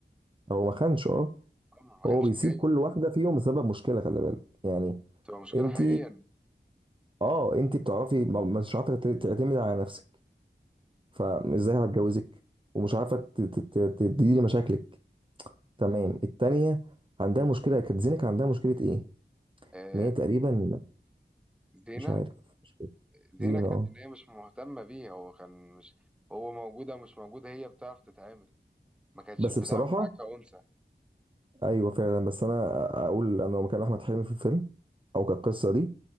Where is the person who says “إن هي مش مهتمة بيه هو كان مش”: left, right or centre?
Centre